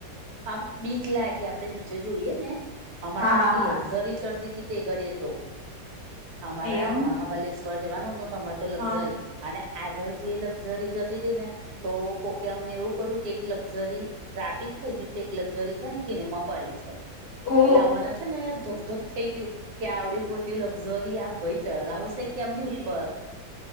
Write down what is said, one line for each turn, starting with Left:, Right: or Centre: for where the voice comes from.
Right: આમ બીક લાગે આપણેે નીચે જોઈએ ને. અમારે
Left: હા
Right: તો આખી
Left: હા
Right: લક્ઝરી ચડતી તી તે ગડીએ તો અમારા
Left: એવું
Right: મહાબલેશ્વર પર જવાનું તમારે તો લક્ઝરી
Left: હા
Right: અને આગળ જે લક્ઝરી જતી તી ને. તો કોકે અમને એવું કહ્યું કે, એક લક્ઝરી ટ્રાફિક થઈ ગયું છે. એક લગઝરી છે ને ખીણમાં પડી છે.
Left: ઓ
Right: એટલે અમાને છે ને ધક-ધક થઈ ગયું. કે આવડી મોટી લક્ઝરી આ ભાઈ ચલાવશે કેમની ઉપર.